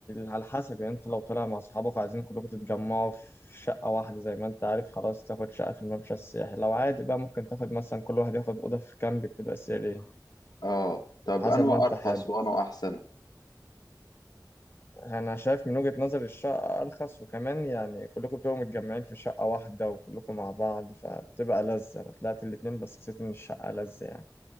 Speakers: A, on the left; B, on the left.
A: على حسب يعني انت لو طالع مع اصحابك وعايزين كلكم تتجمعوا في شقة واحدة زي ما انت عارف خلاص تاخد شقة في الممشى السياحي لو عادي بقى ممكن تاخد مثلا كل واحد ياخد أوضة في كامب بتبقى سرية
B: اه طب
A: على
B: انا
A: حسب ما انت
B: ارخص
A: حابب
B: وانا احسن
A: انا شايف من وجهة نظري الشقة ارخص وكمان يعني كلكم بتبقوا متجمعين في شقة واحدة وكلكم مع بعض فبتبقى لذة انا طلعت الاتنين بس حسيت ان الشقة لذة يعني